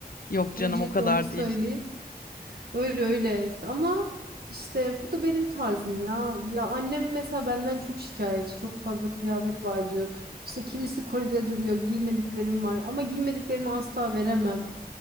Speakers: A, on the left (about 65°); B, on the right (about 75°).
A: Yok
B: Öncelikle
A: canım o kadar
B: onu söyleyeyim.
A: değil.
B: Öyle öyle. Ama işte bu da benim tarzım ya. Ya annem mesela benden çok şikayetçi. Çok fazla kıyafet var diyor. İşte kimisi kolide duruyor. Giymediklerim var. Ama giymediklerimi asla veremem.